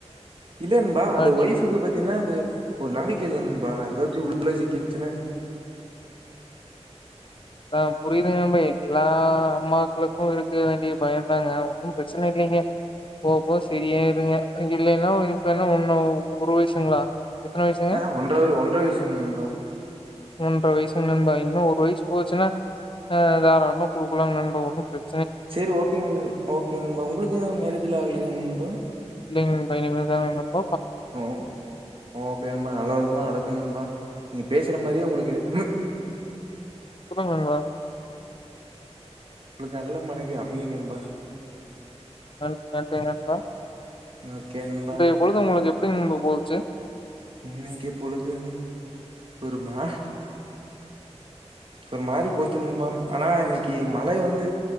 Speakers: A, on the right; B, on the left.
A: இல்ல நண்பா அது
B: நீங்க
A: ஒய்ஃபுக்கு பத்தீனா அது ஒரு நம்பிக்கை இல்ல நண்பா ஏதாச்ச உள் ள சிக்கிருச்சுன்ன
B: ஆ புரியுது நண்பா எல்லா அம்மாக்களுக்கும் இருக்க வேண்டிய பயம் அதாங்க ஒன்னும் பிரச்சன இல்லைங்க போவ போவ சரியாருங்க இல்லைன்னா இப்ப னா ஒன்னு ஒரு வயசுங்களா எத்தன வயசுங்க?
A: ஆ ஒன்றவ ஒன்ற வயசுங்க நண்பா
B: ஒன்ற வயசுங்க நண்பா இன்னும் ஒரு வயசு போச்சுன்னா அ தாராளமா ஆ குடுக்கலா நண்பா ஒன்னும் பிரச்
A: செரி ஓகேங் ஓகேங் நண்பா உங்களுக்கு மேரேஜ்ல ஆகலியாங் நண்பா
B: ல்ல இனிமேதா இனிமேல்தா நடக்கு
A: ஓ ஓகே நண்பா நல்ல விதமா நடக்கு நண்பா நீங் பேசுற மாரியே உங்களுக்கு ஏத்தம்
B: இப்பதா நண்பா
A: உங்களுக்கு நல்ல மனைவி அமையு நண்பா
B: நன் நன்றி நண்பா
A: ஓகே நண்பா
B: இன்றைய பொழுது உங்களுக்கு எப்படி உங்களுக்கு போகு ச்சு
A: இன்னைக்கு பொழுது ஒருமா ஒரு மாறி போச்சு நண்பா ஆனா இன்னை க்கு மழை வந்து